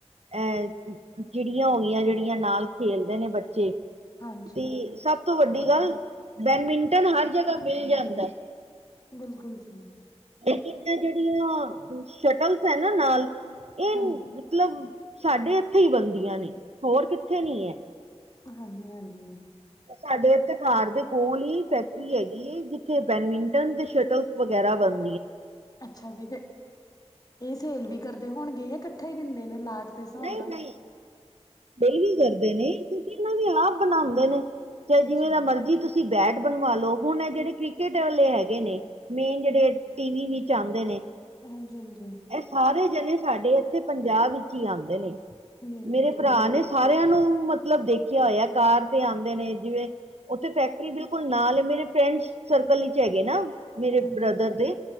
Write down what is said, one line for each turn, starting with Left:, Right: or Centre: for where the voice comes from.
Right: ਅ। ਚਿੜੀਆਂ ਹੋ ਗਈਆਂ ਜਿਹੜੀਆਂ ਨਾਲ ਖੇਲਦੇ ਨੇ ਬੱਚੇ
Left: ਹਾਂਜੀ,
Right: ਤੇ ਸਭ ਤੋਂ ਵੱਡੀ ਗੱਲ ਬੈਡਮਿੰਟਨ ਹਰ ਜਗ੍ਹਾ ਮਿਲ ਜਾਂਦੈ।
Left: ਬਿਲਕੁਲ ਜੀ।
Right: ਲਕਿ ਜਿਹੜੀਆਂ ਸ਼ਟਲਸ ਹੈ ਨਾ ਨਾਲ ਇਹ
Left: ਹਾਂਜੀ।
Right: ਮਤਲਬ ਸਾਡੇ ਇੱਥੇ ਹੀ ਬਣਦੀਆਂ ਨੇ ਹੋਰ ਕਿੱਥੇ ਨੀ ਹੈ।
Left: ਹਾਂਜੀ, ਹਾਂਜੀ।
Right: ਸਾਡੇ ਇੱਥੇ ਘਾਰ ਦੇ ਕੋਲ ਹੀ ਫੈਕਟਰੀ ਹੈਗੀ ਏ ਜਿੱਥੇ ਬੈਡਮਿੰਟਨ ਤੇ ਸ਼ਟਲ ਵਗੈਰਾ ਬਨ
Left: ਅੱਛਾ ਜੀ, ਫੇ ਏਹ ਸੇਲ ਵੀ ਕਰਦੇ ਹੋਣਗੇ ਯਾ ਕੱਠਾ ਹੀ ਦਿੰਦੇ ਨੇ ਲਾਟ ਦੇ ਹਿਸਾਬ
Right: ਨਈ,
Left: ਨਾਲ,
Right: ਨਈ, <unintelligible> ਕਰਦੇ ਨੇ ਕਿਯੂਕਿ ਏਨਾਂ ਵੀ ਆਪ ਬਣਾਂਦੇ ਨੇ। ਚਾਹੇ
Left: ਅੱਛਾ
Right: ਜਿਵੇਂ
Left: ਜੀ,
Right: ਦਾ ਮਰਜੀ ਤੁਸੀ ਬੈਟ ਬਨਵਾ ਲਓ। ਹੁਨ ਏਹ ਜੇੜੇ ਕ੍ਰਿਕਟ ਵਾਲੇ ਹੈਗੇ ਨੇ। ਮੇਨ ਜੇੜੇ ਟੀਵੀ ਵਿੱਚ ਆਂਦੇ ਨੇ
Left: ਹਾਂਜੀ, ਹਾਂਜੀ।
Right: ਏਹ ਸਾਰੇ ਜਨੇ ਸਾਡੇ ਏਥੇ ਪੰਜਾਬ ਵਿੱਚ ਹੀ ਆਂਦੇ ਨੇ।
Left: ਨਹੀਂ
Right: ਮੇਰੇ
Left: ਬਿਲਕੁਲ
Right: ਭਰਾ
Left: ਜੀ
Right: ਨੇ ਸਾਰੇਆਂ ਨੂੰ ਮਤਲਬ ਦੇਖਿਆ ਹੋਇਆ ਕਾਰ ਤੇ ਆਂਦੇ ਨੇ ਜਿਵੇ ਓਥੇ ਫੈਕਟਰੀ ਬਿਲਕੁਲ ਨਾਲ ਏ। ਮੇਰੇ ਫਰੈਂਡ ਸਰਕਲ ਵਿਚ ਹੈਗੇ ਨਾ। ਮੇਰੇ
Left: ਹਾਂਜੀ
Right: ਬ੍ਰਦਰ ਦੇ